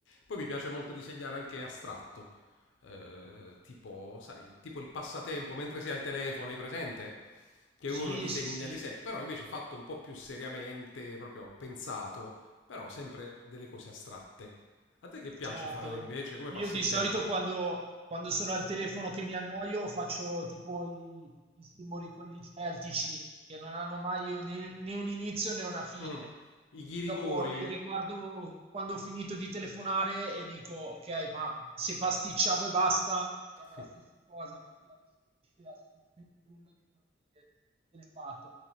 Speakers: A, on the left; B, on the right.
A: Poi mi piace molto disegnare anche astratto, eh, tipo, sai, tipo il passatempo mentre sei al telefono, hai presente? Che
B: Sì,
A: uno disegna
B: sì, sì.
A: di sé, però invece fatto un po' più seriamente, proprio pensato, però sempre delle cose astratte. A te che piace
B: Certo,
A: fare invece? Come
B: io
A: passi
B: di
A: il
B: solito
A: tempo?
B: quando, quando sono al telefono che mi annoio faccio tipo i, i simboli quelli celtici che non hanno mai né, né un inizio né una fine.
A: Mm, I ghirigori.
B: Dopo li riguardo quando ho finito di telefonare e dico ok, ma se pasticciavo e basta era
A: <laughs>
B: la stessa cosa perché non si capisce assolutamente nulla di quello che viene fatto.